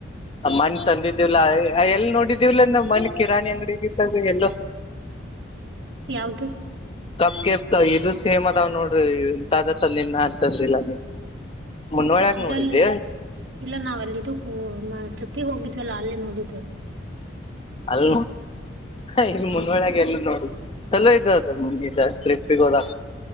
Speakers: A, on the left; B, on the right.
A: ಮನೆ ತಂದಿದ್ದಿವವಲ ಎಲ್ಲಿ ನೋಡಿದಿವವಲ್ಲಂದ ಮನೆ ಕಿರಾಣಿ ಅಂಗಡಿಗದ ಎಲ್ಲ
B: ಯಾವದು
A: ಕಪ್ ಕೆಪ್ ಇದು ಸೇಮ್ ಅದಾವ್ ನೋಡ್ರಿ ಇ ತಾದತ ನಿನ್ನ ಅಂತಂದಿಲ್ಲ ಮುನ್ನೋಳ್ಯಾಗ
B: ಅದಲ್ಲಿ
A: ನೋಡಿದ್ದೆ
B: ಇಲ್ಲ ನಾವ ಅಲ್ಲಿದಕ್ಕೂ ಟ್ರಿಪಿಗೆ ಹೋಗಿದ್ವಲ್ಲ ಅಲ್ಲಿ ನೋಡತದು
A: ಅಲ್ ಹ ಇಲ್ಲಿ
B: ಹಾಂ
A: ಮುನ್ಗ ಎಲ್ಲ ನೋಡಿ ಚಲೋ ಇದು ಅದುಗ ಟ್ರಿಪ್ಪಿಗೆ ಹೋದಗ